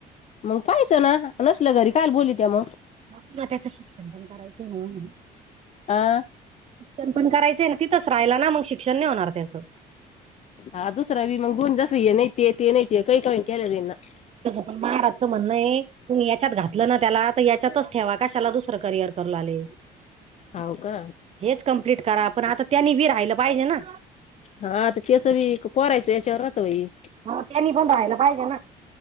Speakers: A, on the left; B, on the right.
A: मग पायचं ना नसलं घरी कशाला बोलवते मग.
B: आपल्याला त्याचं शिक्षण पण करायचं आहे ना म्हणून
A: आ.
B: शिक्षण पण करायचं ना तिथच राहिला ना मग शिक्षण नाही होणार त्याचं
A: हा दुसरा बी मग गुण जसय नाहीती ते नाहीतीे काही काही केना.
B: महाराज म्हण आहे. तुम्ही याच्यात घातलं ना त्याला तर याच्यातच ठेवा कशाला दुसरं करिअर करू आले.
A: हाव का
B: हेच कम्प्लीट करा पण आता त्यांनी बी राहिलं पाहिजे ना.
A: हा तर केसवी पोरायचं याच्यावर राहत बाई.
B: हा त्यांनी पण राहीला पाहिजे ना